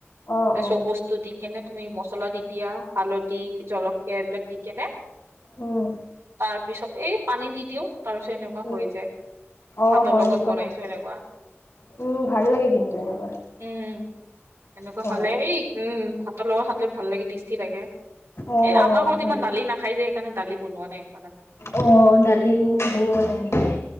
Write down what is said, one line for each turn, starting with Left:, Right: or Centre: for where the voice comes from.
Left: অ
Right: ত
Left: অ
Right: চব বস্তু দি কেনে তুমি মচলা দি দিয়া হালধি, জলকীয়া এইবিলাক দি কেনে
Left: উম উ।
Right: তাৰ পিছত এই পানী দি দিও তাৰ পিছত এনেকুৱা
Left: উম
Right: হৈ যায়।
Left: অ
Right: ভাতৰ
Left: হয়
Right: লগত
Left: এনেকুৱা
Right: বনাইছো
Left: ভাল লাগে
Right: এনেকুৱা।
Left: উম উ, ভাল লাগে কিন্তু এনেকুৱা।
Right: উম এনেকুৱা
Left: হয়
Right: খালে এই উম ভাতৰ লগত খালে ভাল লাগে টেষ্টি লাগে।
Left: অ
Right: এই আমাৰ
Left: অ
Right: ঘৰত
Left: হয়
Right: ইমান দালি নাখাই যে সেইকাৰণে দালি বনোৱা নাই। ইমান আমি
Left: অ, দালি বনোৱা নাই নেকি